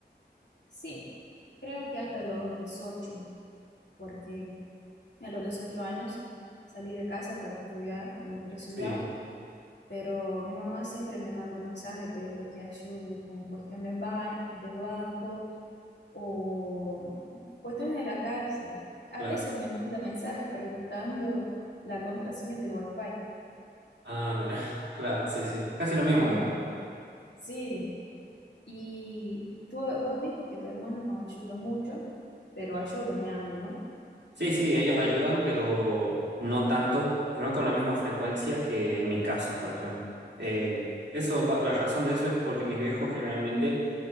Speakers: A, on the left (about 75°); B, on the right (about 80°).
A: Sí, creo que hasta los 18, porque a los 18 años salí de casa para estudiar en otra ciudad,
B: Sí,
A: pero mi mamá siempre me manda mensajes pidiendo que ayude con cuestiones de ban- de banco o cuestiones de la casa. A
B: claro.
A: veces me manda mensajes preguntando la contraseña del Wi-Fi,
B: Ah, mira, <laughs> claro, sí, sí, casi lo mismo,
A: como,
B: digamos.
A: sí, y tú, vos dijo que tu hermano no ayuda mucho, pero ayuda en algo, ¿no?
B: Sí, sí, ellos ayudan, pero no tanto, no con la misma frecuencia que en mi caso, por ejemplo. Eh, eso, va- la razón de eso es porque mis viejos generalmente